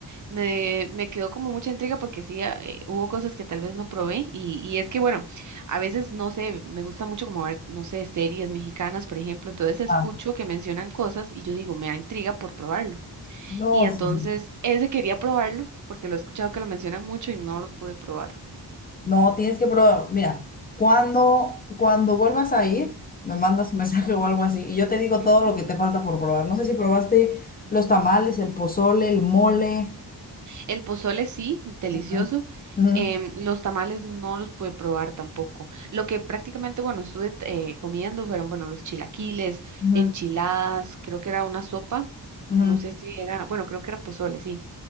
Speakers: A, on the right; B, on the left.
A: Me, me quedó como mucha intriga porque sí, ah, eh, hubo cosas que tal vez no probé y, y es que bueno, a veces no sé, me gusta mucho como ver, no sé, series mexicanas, por ejemplo, entonces escucho
B: Ah,
A: que mencionan cosas y yo digo, me da intriga por probarlo.
B: no,
A: Y entonces
B: sí, sí.
A: ese quería probarlo porque lo he escuchado que lo mencionan mucho y no lo pude probar.
B: No, tienes que probar. Mira, cuando, cuando vuelvas a ir, me mandas un <laughs> mensaje o algo así y yo te digo
A: Ujú,
B: todo lo que te falta por probar. No sé si probaste los tamales, el pozole, el mole.
A: El pozole sí, delicioso.
B: Ujú, ujú,
A: Em, los tamales no los pude probar tampoco. Lo que prácticamente, bueno, estuve eh, comiendo fueron, bueno, los chilaquiles,
B: ujú,
A: enchiladas, creo que era una sopa,
B: ujú,
A: no sé si era, bueno, creo que era pozole, sí.